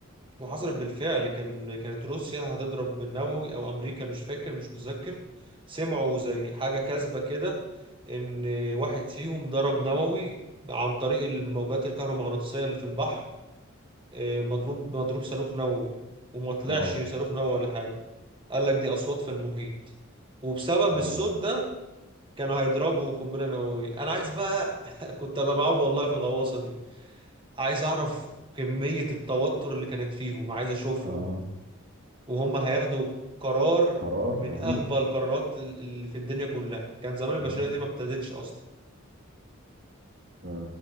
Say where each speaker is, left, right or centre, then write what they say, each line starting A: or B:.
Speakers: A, on the right; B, on the right.
A: وحصلت بالفعل كان كانت روسيا هتضرب بالنووي او امريكا مش فاكر مش متذكر سمعوا زي حاجه كاذبه كده ان واحد فيهم ضرب نووي عن طريق الموجات الكهرومغناطيسيه اللي في البحر آه، مضروب مضروب صاروخ نووي وما طلعش
B: اه
A: صاروخ نووي ولا حاجه قال لك دي اصوات في المحيط وبسبب
B: اه
A: الصوت ده كانوا هيضربوا قنبله نوويه انا عايز بقى <laughs> كنت ابقى معاهم والله في الغواصه دي عايز اعرف كميه التوتر اللي كانت فيهم عايز اشوفهم
B: اه
A: وهم هياخدوا قرار
B: قرار
A: من
B: رهيب
A: اغبى القرارات ال- اللي في الدنيا كلها كان زمان البشرية
B: ايوه
A: دي ما ابتدتش اصلا
B: ف-